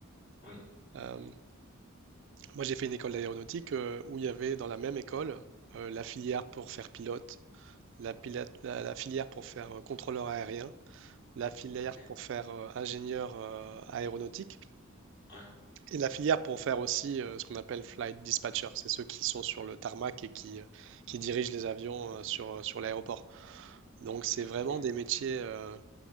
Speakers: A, on the left; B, on the right.
A: Oui,
B: Euh, moi, j'ai fait une école d'aéronautique euh, où il y avait dans la même école euh, la filière pour faire pilote, la, pila- la- la filière pour faire euh, contrôleur aérien, la filière
A: ok.
B: pour faire euh, ingénieur euh, aéronautique
A: Ouais,
B: et la filière pour faire aussi euh, ce qu'on appelle flight dispatcher. C'est ceux qui sont sur le tarmac et qui, euh, qui dirigent les avions euh, sur, euh, sur l'aéroport. Donc, c'est vraiment
A: ok.
B: des métiers euh,